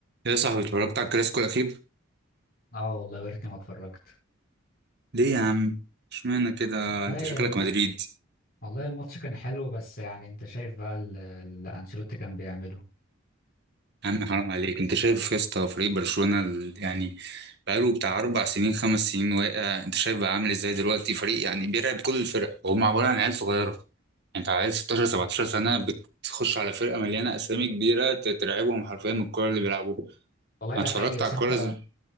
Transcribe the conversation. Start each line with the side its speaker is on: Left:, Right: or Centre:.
Right: يا صاحبي اتفرجت على الكلاسيكو الأخير؟
Left: اه والله يا ريتني ما اتفرجت
Right: ليه يا عم؟ اشمعنى كده؟
Left: والله
Right: أنت شكلك
Left: الم...
Right: مدريد،
Left: والله الماتش كان حلو بس يعني انت شايف بقى ال- اللي انشيلوتي كان بيعمله
Right: يا عم حرام عليك، أنت شايف يا اسطى فريق برشلونة ال- يعني بقاله بتاع أربع سنين خمس سنين واقع، أنت شايف بقى عامل إزاي دلوقتي فريق يعني بيرعب كل الفرق، وهم عبارة عن عيال صغيرة، أنت عيال 16 17 سنة بتخش على فرقة مليانة أسامي كبيرة ت- ترعبهم حرفيا من الكورة اللي بيلعبوها،
Left: والله
Right: أنا
Left: ده
Right: اتفرجت
Left: حقيقي بس
Right: على الكورة
Left: انت
Right: زي-